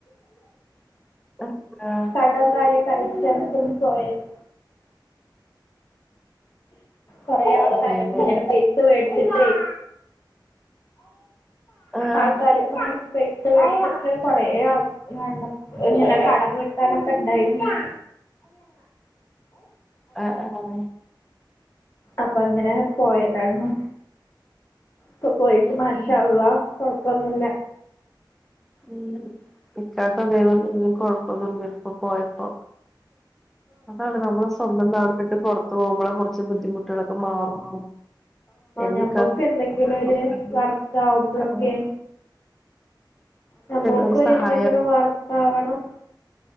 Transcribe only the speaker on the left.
കടം കാരി <unintelligible> ഇബ‌ട്ന്ന് പോയത് കൊറേ ആൾക്കാരെട്ത്ത്ന്ന്
ഇങ്ങനെ പെയിസ വേട്ച്ചിട്ടെയ്
ആൾക്കാരെട്ത്ത്ന്ന്ങ്ങനെ പൈസ വേട്ച്ചിട്ട് കൊറേ ആൾ <unintelligible> ഇങ്ങനെ കടം വീട്ടാനൊക്കെണ്ടായിര്ന്നു
അപ്പങ്ങനെ പോയതാണു ഇപ്പ പോയിട്ട്
മാഷാ അള്ളാ കൊഴപ്പൊന്നുല്ല
നമുക്ക്
എന്തെങ്കിലും
ഒരു വർക്ക് ആവുമ്പോഴൊക്കെ ഞമ്മക്കൊരെന്തെങ്കിലും
വർക്കാവണം